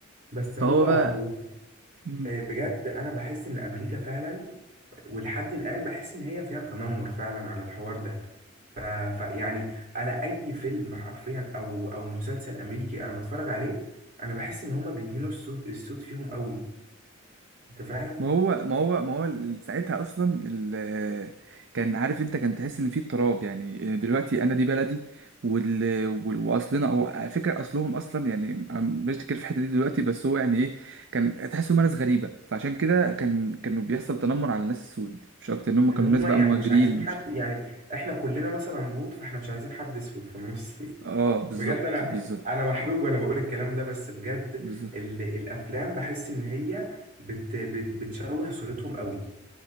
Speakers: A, on the right (about 45°); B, on the right (about 60°).
A: بس هو
B: فهو
A: هو
B: بقى مم.
A: آه، بجد انا بحس ان امريكا فعلا ولحد الان بحس ان هي فيها تنمر فعلا على الحوار ده ف... ف يعني انا اي فيلم حرفيا او او مسلسل امريكي انا بتفرج عليه انا بحس ان هما بيهينوا الصوت الصوت فيهم قوي انت فاهم
B: ما هو ما هو ما هو ال- ساعتها اصلا ال- كان عارف انت كان تحس ان في اضطراب يعني دلوقتي انا دي بلدي وال... وال- واصلنا او على فكره اصلهم اصلا يعني عم- بشتكر في الحته دي دلوقتي بس هو يعني ايه كان تحس انهم ناس غريبه فعشان كده كان كانوا بيحصل تنمر على الناس السود مش اكتر ان هم
A: ان
B: كانوا
A: هما
B: ناس بقى
A: يعني
B: مهاجرين
A: مش عايزين
B: ومش
A: حد يعني احنا كلنا مثلا بوط فاحنا مش عايزين حد اسود في النص
B: اه
A: <laughs>
B: بالظبط
A: بجد انا
B: بالظبط
A: انا محروق وانا بقول الكلام ده بس بجد
B: بالظبط
A: ال... الافلام بحس ان هي بت... بت... بتشوه صورتهم قوي